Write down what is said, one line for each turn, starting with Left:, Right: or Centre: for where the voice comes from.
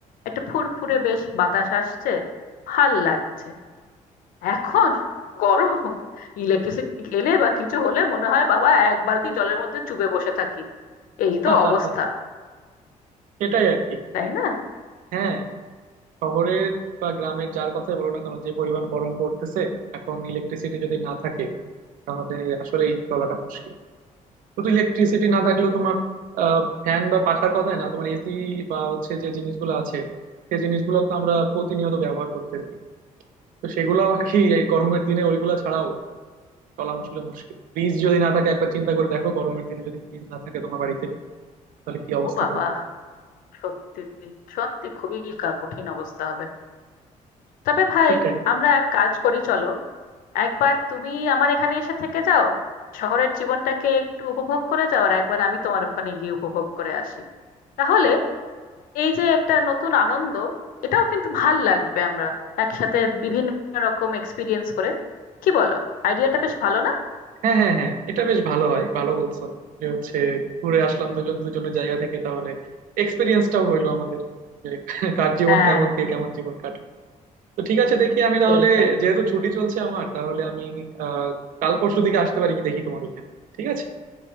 Left: একটা ফুরফুরে বেশ বাতাস আসছে ভাল লাগছে এখন গরম ইলেকট্রিসিটি গেলে বা কিছু হলে মনে হয় বাবা এক বালতি জলের মধ্যে চুবে বসে থাকি এই তো
Right: <laughs>
Left: অবস্থা
Right: সেটাই আর কি
Left: তাই না
Right: হ্যাঁ শহরের বা গ্রামের যার কথাই বলো না কেন যে পরিমাণ গরম পড়তেছে এখন ইলেকট্রিসিটি যদি না থাকে তাহলে আসলেই চলাটা মুশকিল শুধু ইলেকট্রিসিটি না থাকলেও তোমার ফ্যান বা পাখার কথাই না তোমার এসি বা হচ্ছে যে জিনিসগুলো আছে সেই জিনিসগুলো তো আমরা প্রতিনিয়ত ব্যবহার করতেছি তো সেগুলো আর কি এই গরমের দিনে ওইগুলা ছাড়াও চলা আসলে মুশকিল ফ্রিজ যদি না থাকে একবার চিন্তা করে দেখো গরমের দিনে যদি ফ্রিজ না থাকে তোমার বাড়িতে তাহলে কি অবস্থা
Left: ও বাবা
Right: হবে
Left: সত্যি সত্যি খুবই কা- কঠিন অবস্থা হবে তবে ভাই
Right: সেটাই
Left: আমরা এক কাজ করি চলো একবার তুমি আমার এখানে এসে থেকে যাও শহরের জীবনটাকে একটু উপভোগ করে যাও আর একবার আমি তোমার ওখানে গিয়ে উপভোগ করে আসি তাহলে এই যে একটা নতুন আনন্দ এটাও কিন্তু ভাল লাগবে আমরা একসাথে বিভিন্ন রকম এক্সপিরিয়েন্স করে কি বলো আইডিয়াটা বেশ ভালো না
Right: হ্যাঁ হ্যাঁ হ্যাঁ এটা বেশ ভালো হয় ভালো বলছো যে হচ্ছে ঘুরে আসলাম দুজন দুজনের জায়গা থেকে তাহলে এক্সপিরিয়েন্সটাও হইলো আমাদের যে কার জীবন
Left: হ্যাঁ
Right: কেমন কে কেমন জীবন কাটায় তো ঠিক আছে দেখি আমি তাহলে
Left: এইটাই
Right: যেহেতু ছুটি চলছে আমার তাহলে আমি আহ কাল পরশু দিকে আসতে পারি কি দেখি তোমার এখানে ঠিক আছে